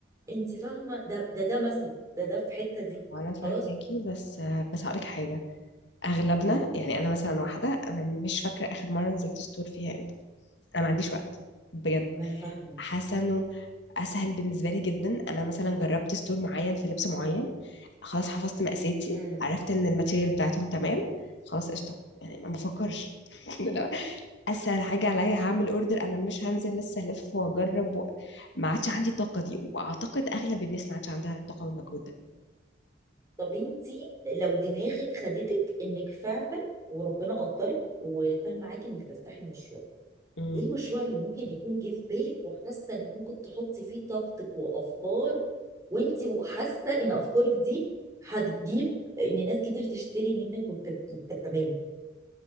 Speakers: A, on the right (about 15°); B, on the left (about 65°).
A: انت فاهمه ده ده ده مثل ده ده في حته دي
B: وانا فاهماكي
A: خلاص
B: بس بس هقولك حاجة اغلبنا يعني انا مثلا واحدة انا مش فاكرة اخر مرة نزلت ستور فيها امتى انا ما عنديش وقت بجد
A: ما انا فاهمه
B: حاسة انه اسهل بالنسبة لي جدا انا مثلا جربت ستور معين في لبس معين خلاص حفظت مقاساتي
A: امم
B: عرفت ان الماتيريال بتاعتهم تمام خلاص قشطة يعني ما بفكرش <laughs> اسهل حاجه عليا هعمل اوردر انا مش هنزل لسه الف واجرب و... ما عادش عندي الطاقه دي واعتقد اغلب الناس ما عادش عندها الطاقه والمجهود ده
A: طب انت لو دماغك خدتك انك فعلا وربنا قدرك وكان معاكي انك تفتحي مشروع
B: مم.
A: ايه المشروع اللي ممكن يكون جه في بالك وحاسه انك ممكن تحطي فيه طاقتك وافكار وانت وحاسه ان افكارك دي هتجيب ان ناس كتير تشتري منك وتبقي تمام